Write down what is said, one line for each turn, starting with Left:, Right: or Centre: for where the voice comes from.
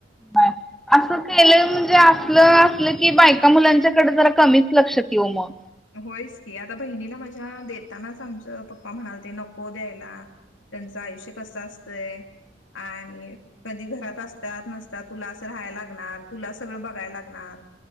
Centre: बाय असं केलं म्हणजे असलं असलं की बायका मुलांच्याकडे जरा कमीच लक्षात ठ येऊ मग
Left: होयच की आता बहिणीला माझ्या देतानाच आमचं पप्पा म्हणाल ते नको द्यायला त्यांचं आयुष्य कस असतय आणि कधी घरात असतात नसतात तुला असं राहायला लागणार तुला सगळं बघायला लागणार